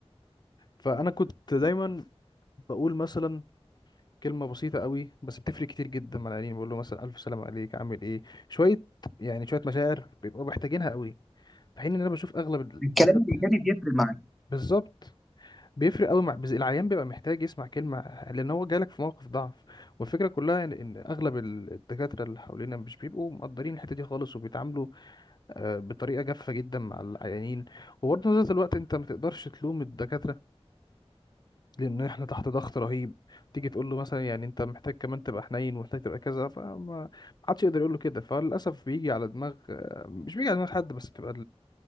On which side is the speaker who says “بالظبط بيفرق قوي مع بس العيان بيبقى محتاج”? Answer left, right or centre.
Left